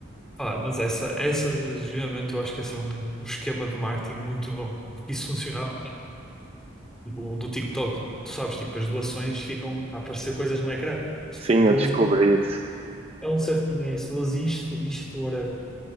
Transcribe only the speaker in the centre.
Pá, mas essa, essa, geralmente, eu acho que essa é um, um esquema de marketing muito bom. Porque isso funcionava, tipo, do TikTok, tu sabes, tipo, as doações ficam a aparecer coisas no ecrã. Se
tu doas
um.
é um certo dinheiro, se dás isto, isto, whatever.